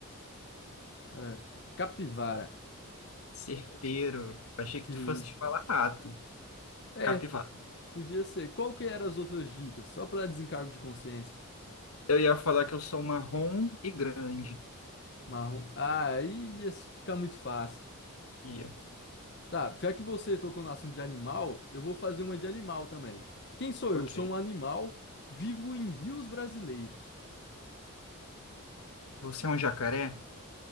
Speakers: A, on the left (about 50°); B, on the left (about 75°).
A: Cara, capivara.
B: certeiro. Achei que
A: <laughs> Isso.
B: tu fosse falar rato,
A: É,
B: capivara.
A: p- podia ser. Qual que eram as outras dicas? Só para desencargo de consciência.
B: Eu ia falar que eu sou marrom e grande.
A: Marrom. Ah, aí ia s- ficar muito fácil.
B: Ia.
A: Tá, já que você tocou no assunto de animal, eu vou fazer uma de animal também. Quem sou
B: Ok.
A: eu? Sou um animal, vivo em rios brasileiros.
B: Você é um jacaré?